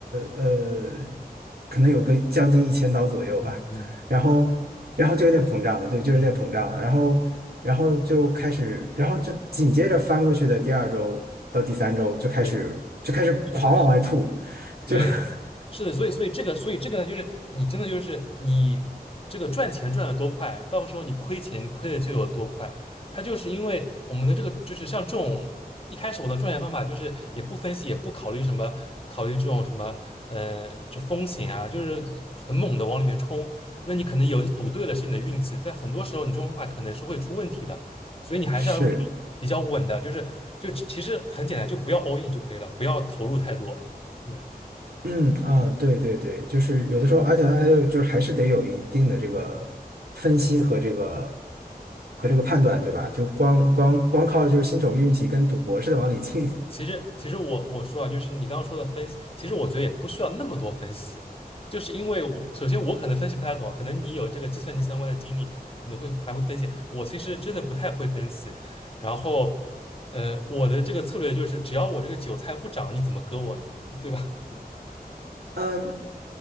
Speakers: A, on the right (about 75°); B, on the left (about 35°).
A: 呃，可能有个将近一千刀左右吧，
B: 嗯嗯
A: 然后。然后就有点膨胀了，对，就有点膨胀了，
B: 嗯，
A: 然后，然后就开始，然后就紧接着翻过去的第二周到第三周就开始就开始狂往外吐，
B: 对，是的。
A: 就
B: 对，
A: <laughs>
B: 是的，所以所以这个所以这个呢，就是你真的就是你这个赚钱赚的多快，到时候你亏钱亏的就有多快。它就是因为我们的这个就是像这种一开始我的赚钱方法就是也不分析也不考虑什么考虑这种什么呃这风险啊，就是很猛的往里面冲。那你可能有赌对了是你的运气，但很多时候你这种方法可能是会出问题的，所以你还是要用那种比较稳的，
A: 是，
B: 就是就其实很简单，就不要 all in 就可以了，不要投入太多。嗯。
A: 嗯啊，对对对，就是有的时候，而且它还有就是还是得有一定的这个分析和这个和这个判断，对吧？就光光光靠就是新手运气跟赌博似的往里进，
B: 其实，其实我我说啊，就是你刚刚说的分析，其实我觉得也不需要那么多分析，就是因为我首先我可能分析不太懂啊，可能你有这个计算机相关的经历，可能会还会分析。我其实真的不太会分析，然后，呃，我的这个策略就是，只要我这个韭菜不涨，你怎么割我呢？对吧？
A: <laughs> 嗯，